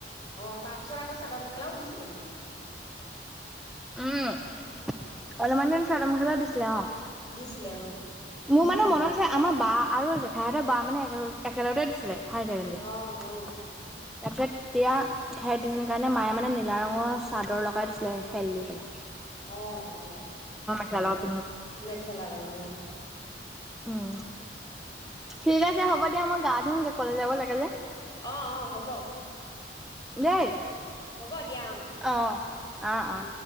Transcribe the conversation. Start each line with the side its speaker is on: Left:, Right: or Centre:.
Left: অ তাৰপিছত আকৌ চাদৰ মেখেলাও দিছে লে।
Centre: উম অলপমান দিন চাদৰ মখেলাও দিছিলে অ।
Left: দিছিলে অ
Centre: মোৰ মানে মনত আছে আমাৰ বা আৰু জেঠাইহঁতৰ বা মানে একেলগে একেলগতে দিছিলে। হায়াৰ ছেকেণ্ডাৰী,
Left: অ অ
Centre: তাৰপিছত তেতিয়া সেই দুজনী কাৰণে মায়ে মানে নীলা ৰঙৰ চাদৰ লগাই দিছিলে খেল দি পেলাই।
Left: অ অ।
Centre: <unintelligible>
Left: মেখেলা লগত অ।
Centre: উম। ঠিক আছে হ'ব দিয়া মই গা ধুওঁ গে কলেজ যাব লাগে যে।
Left: অ অ হ'ব।
Centre: দেই
Left: হ'ব দিয়া অ।
Centre: অ অ
Left: উম
Centre: অ